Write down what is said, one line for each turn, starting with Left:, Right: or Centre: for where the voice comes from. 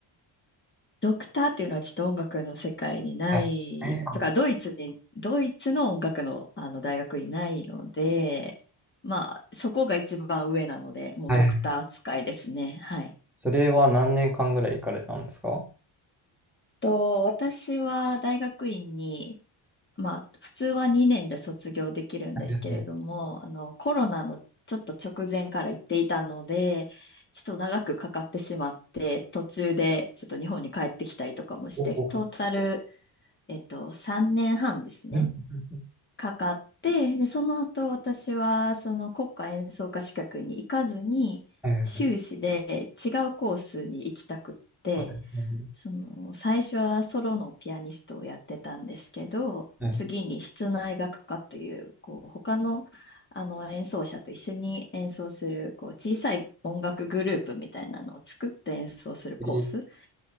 Left: ドクターっていうのはちょっと音楽の世界にない、
Centre: はいえー
Left: とか、ドイツに、ドイツの音楽の、あの大学にないので、まあ、そこが一番上なので、もうドクター扱いですね。
Centre: あはい
Left: はい。
Centre: それは何年間ぐらい行かれたんですかは
Left: と、私は大学院に、まあ、普通は2年で卒業できるんですけれども、
Centre: いはい
Left: あの、コロナのちょっと直前から行っていたので、ちょっと長くかかってしまって、途中でちょっと日本に帰ってきたりとかもして、
Centre: おおうほ
Left: トータルえっと、3年半ですね、
Centre: ううんうんう
Left: かかって、で、その後私はその国家演奏家資格に行かずに、
Centre: んえー
Left: 修士で違うコースに行きたくって、
Centre: はいはい
Left: その最初はソロのピアニストをやってたんですけど、
Centre: はい
Left: 次に室内楽科という、こう他の、あの演奏者と一緒に演奏するこう小さい音楽グループみたいなのを作って演奏するコース
Centre: え